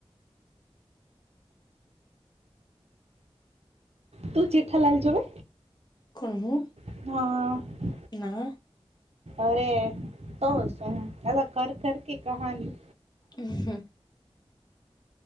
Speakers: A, on the right (about 80°); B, on the left (about 40°).
A: તુ જેઠાલાલ જોને
B: કોણ હું
A: હા અં અં હા
B: ના
A: અરે તો શુ હાલો ઘર ઘર કી કહાની
B: ઉહુ